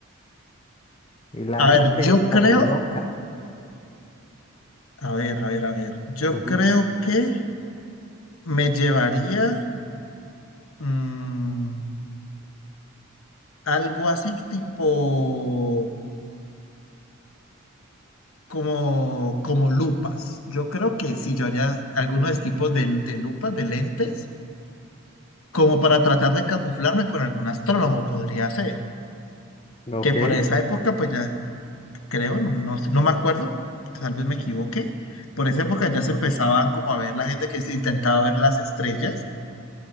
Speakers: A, on the left; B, on the left.
A: Y la
B: A
A: gente
B: ver, yo
A: está
B: creo,
A: muy loca.
B: a ver, a ver, a ver, yo
A: Ujú,
B: creo que me llevaría mm, algo así tipo como, como lupas. Yo creo que sí, yo haría algunos tipos de, de lupas, de lentes, como para tratar de camuflarme con algún astrónomo, podría ser.
A: Ok.
B: Que por esa época, pues ya creo, no, no, no me acuerdo, tal vez me equivoque. Por esa época ya se empezaban como a ver la gente que se intentaba ver las estrellas.